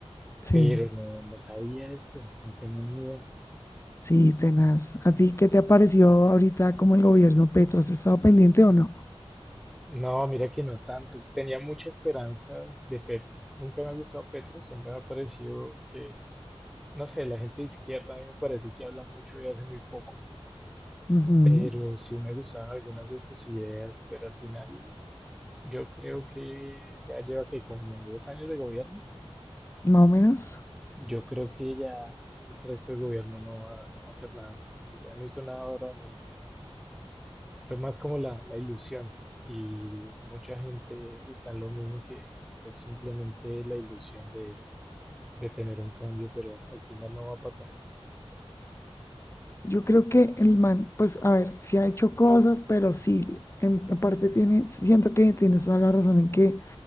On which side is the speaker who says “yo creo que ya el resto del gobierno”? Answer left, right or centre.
Centre